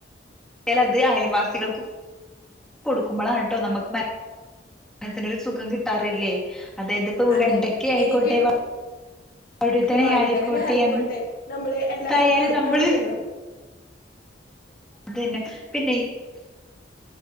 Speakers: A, in the centre; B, on the left.
A: <unintelligible> അത് അയൽവാസികൾക്കും കൊടുക്കുമ്പോളാണ് ട്ടോ നമുക്ക് മനസ്സിനൊരു സുഖം കിട്ടാറ് ഇല്ലേ അതായത് ഇപ്പോ
B: അതെ
A: വെണ്ടക്ക ആയിക്കോട്ടെ
B: എനിക്ക്
A: വ വഴുതന
B: വഴുതനങ്ങ
A: ആയിക്കോട്ടെ എൻ
B: നമ്മള് എല്ലാർക്കും
A: എന്തായാലും
B: കൊടുക്കണം
A: നമ്മള്
B: എന്നുള്ള
A: അതന്നെ പിന്നെ